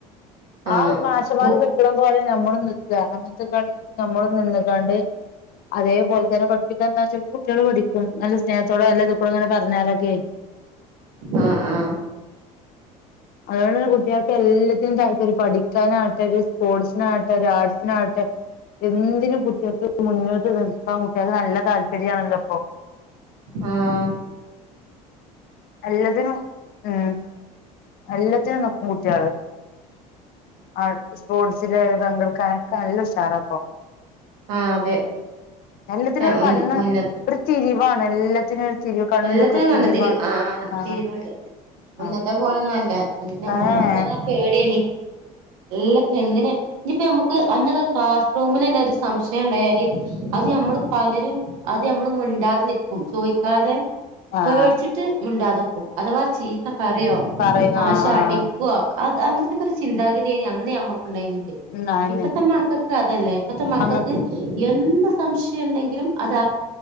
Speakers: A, on the right (about 80°); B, on the left (about 55°).
A: ആ
B: ആഹ് മാശമാര്
A: ബുക്ക്
B: നിൽക്കണം പോലെ നമ്മളും നി അങ്ങനത്തെ കളിക്ക് നമ്മൾ നിന്നക്കാണ്ട് അതേപോലെ പഠപ്പിക്കാ എന്ന് വെച്ചപ്പോ കുട്ടികൾ പഠിക്കും നല്ല സ്നേഹത്തോടെ നല്ല ഇത കൂടെ അങ്ങന പറഞ്ഞാലൊക്കെ
A: ആഹ് ആഹ്
B: അതുകൊണ്ട് തന്നെ കുട്ടിയൾക്ക് എല്ലാറ്റിനും താല്പര്യാ പഠിക്കും <unintelligible> ആട്ടെ ഒരു സ്പോർട്സിനട്ടെ ഒരു ആർട്സിനട്ടെ എന്തിനും കുട്ടിൾക്ക് മുന്നോട്ട് നിൽക്കാൻ കുട്ടേൾക്ക് നല്ല താല്പര്യം ആണല്ലോ ഇപ്പൊ
A: ആഹ്
B: എല്ലാതിനും ഉം എല്ലത്തിനും നിക്കും കുട്ടേള് ആ സ്പോർട്സില് പങ്കെടുക്കാനൊക്ക നല്ല ഉഷാറപ്പൊ
A: ആ അതെ
B: എല്ലാത്തിനുംരു
A: മുന്ന
B: കണ്ണ്
A: മുന്ന
B: ഒരു തിരിവാണ് എല്ലാത്തിനും തിരിവ് കണ്ണുംന്തൊക്കെ
A: എല്ലാത്തിനും
B: ഒരു
A: കണ്ടത്തിരൂ
B: തിരിവാണ്
A: ആ
B: ആഹ്
A: തിരിവുണ്ട്. മുന്നത്തെ
B: ആഹ്
A: പോല ഒന്നല്ല മന്ന
B: ഏഹ്
A: മുമ്പൊക്കെന്നാ പേടെനി എല്ലാത്തിനും എന്തിന്. ഇഞ്ഞിപ്പോ നമുക്ക് അന്നെ ക്ലാസ് റൂമിലെന്നെ ഒരു സംശയം ഉണ്ടായാല്. അത് നമ്മള് പലരും. അത് നമ്മള് മിണ്ടാതെ നിക്കും ചോദിക്കാതെ
B: ആഹ്
A: പേടിച്ചിട്ട് മുണ്ടാതനിക്കും അഥവാ ചീത്ത പറയോ
B: പറയ്
A: മാശ്
B: ആഹ്
A: അടിക്കുവോ അത് അങ്ങനത്തെക്കെ ഒരു ചിന്താഗതിയ അന്ന് ഞമ്മക്ക്ണ്ടായെനിത്
B: ന്നാന്നെ
A: ഇപ്പത്തെ മക്കക്ക് അതല്ല ഇപ്പത്തെ മക്കക്ക്
B: അങ്ങ
A: എന്ത് സംശയം ഉണ്ടെങ്കിലും അത് അ..